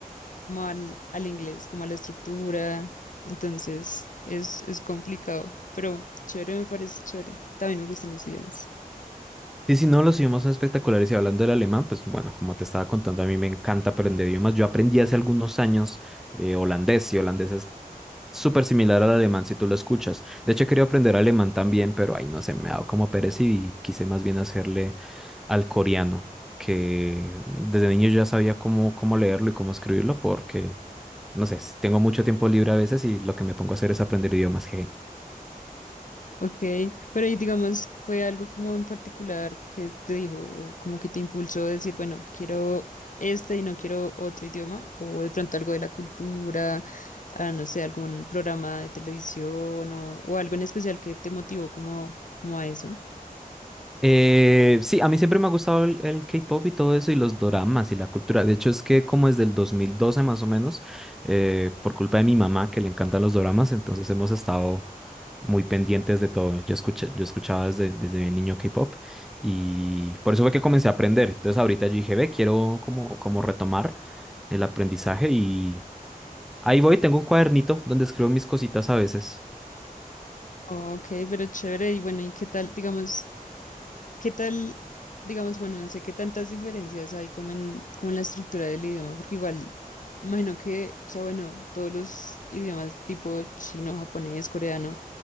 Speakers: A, on the left; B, in the centre.
A: como al, al inglés, como a la estructura. Entonces, es, es complicado, pero chévere me parece chévere. También me gustan los idiomas.
B: Y si no, los idiomas son espectaculares. Y hablando del alemán, pues bueno, como te estaba contando, a mí me encanta aprender idiomas. Yo aprendí hace algunos años eh, holandés y holandés es súper similar al alemán si tú lo escuchas. De hecho, quería aprender alemán también, pero ahí no sé, me ha dado como pereza y quise más bien hacerle al coreano, que desde niño ya sabía cómo, cómo leerlo y cómo escribirlo, porque, no sé, tengo mucho tiempo libre a veces y lo que me pongo a hacer es aprender idiomas. jeje.
A: Ok, pero y digamos, ¿fue algo como en particular que te dijo o como que te impulsó a decir, bueno, quiero este y no quiero otro idioma? ¿O de pronto algo de la cultura, ah, no sé, algún programa de televisión o, o algo en especial que te motivó como, como a eso?
B: Eh, sí, a mí siempre me ha gustado el, el K-pop y todo eso y los doramas y la cultura. De hecho, es que como desde el 2012 más o menos, eh, por culpa de mi mamá que le encantan los doramas, entonces hemos estado muy pendientes de todo. Yo escuché, yo escuchaba desde, desde bien niño K-pop y por eso fue que comencé a aprender. Entonces ahorita yo dije, ve, quiero como, como retomar el aprendizaje y ahí voy, tengo un cuadernito donde escribo mis cositas a veces.
A: Ok, pero chévere. Y bueno, ¿y qué tal, digamos? ¿Qué tal, digamos, bueno, no sé qué tantas diferencias hay como en, como en la estructura del idioma? Porque igual, imagino que, o sea, bueno, todos los idiomas tipo chino, japonés, coreano,